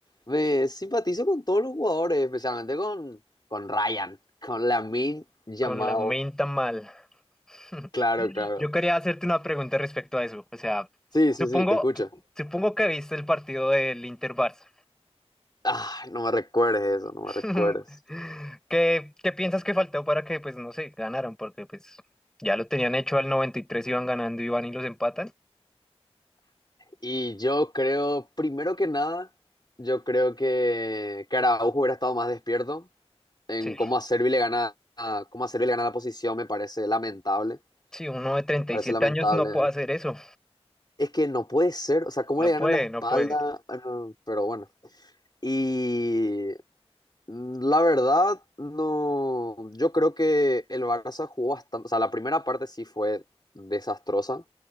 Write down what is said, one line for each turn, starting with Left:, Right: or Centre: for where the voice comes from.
Left: me simpatizo con todos los jugadores, especialmente con, con Ryan, con Lamine llamado
Centre: Con la menta mal. <laughs>
Left: Claro, claro.
Centre: Yo quería hacerte una pregunta respecto a eso. O sea,
Left: Sí, sí,
Centre: supongo,
Left: sí, te escucho.
Centre: supongo que viste el partido del Inter-Barça.
Left: Ah, no me recuerdes eso, no
Centre: <laughs>
Left: me recuerdes.
Centre: ¿Qué, qué piensas que faltó para que, pues, no sé, ganaran? Porque, pues, ya lo tenían hecho al 93, iban ganando y van y los empatan.
Left: Y yo creo, primero que nada, yo creo que que Araujo hubiera estado más despierto en
Centre: Sí,
Left: cómo a Servi le gana, a- cómo a Servi le gana la posición, me parece lamentable,
Centre: sí, uno de 37
Left: parece lamentable.
Centre: años no puede hacer eso.
Left: Es que no puede ser, o sea, cómo
Centre: No
Left: le gana
Centre: puede,
Left: la espalda,
Centre: no puede.
Left: Ah, no, pero bueno. Y La verdad, no. Yo creo que el Barça jugó bastante. O sea, la primera parte sí fue desastrosa. O